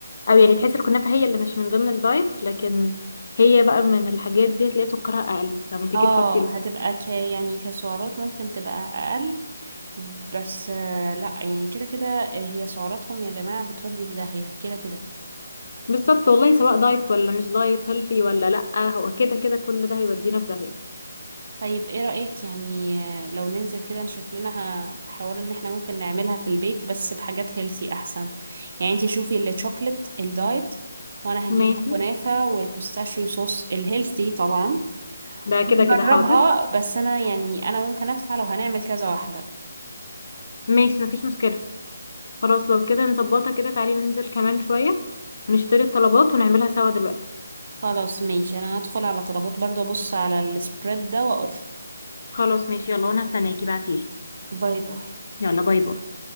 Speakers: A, on the left (about 40°); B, on the right (about 35°).
A: او يعني تحس الكنافه هي اللي مش من ضمن الدايت لكن هي بقى من الحاجات دي تلاقي سكرها اقل لما تيجي
B: اه
A: تحطي ال-
B: هتبقى ك يعني كسعرات ممكن تبقى اقل بس آه، لا يعني كده كده هي سعراتهم يا جماعه بتودي في داهيه كده كده
A: بالظبط والله سواء دايت ولا مش دايت هيلثي ولا لا هو كده كده كل ده هيودينا في داهيه
B: طيب ايه رأيك يعني لو ننزل كده نشوف لنا ح- حوار ان احنا ممكن نعملها في البيت بس بحاجات هيلثي احسن يعني انتي شوفي الشوكليت الدايت وانا هجيب
A: ماشي
B: الكنافة والبيستاشيو صوص الهيلثي طبعا
A: ده كده
B: نجربها
A: كده حاضر
B: بس انا يعني انا ممكن ادفع لو هنعمل كذا واحدة
A: ماشي مفيش مشكله خلاص لو كده نظبطها كده تعالي ننزل كمان شوية ونشتري الطلبات ونعملها سوا دلوقتي
B: خلاص ماشي انا هدخل على طلبات برضه ابص على السبريد ده واقول
A: خلاص ماشي يلا وانا هستناكي بعتيلي
B: باي باي
A: يلا باي باي